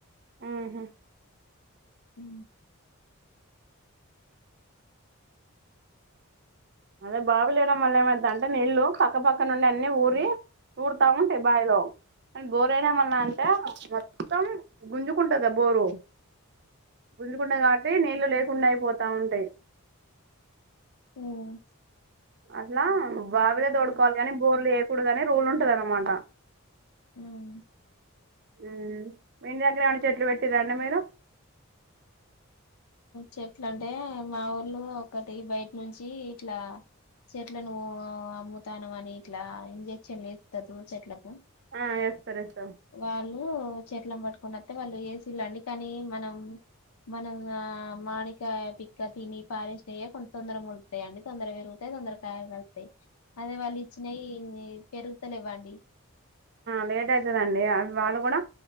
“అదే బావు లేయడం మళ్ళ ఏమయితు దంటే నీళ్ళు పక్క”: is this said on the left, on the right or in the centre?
Right